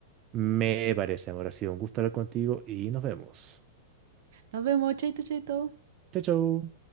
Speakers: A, on the right; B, on the right.
A: Me parece, amor, ha sido un gusto hablar contigo y nos vemos.
B: Nos vemos, chaito, chaito.
A: Chao, chao.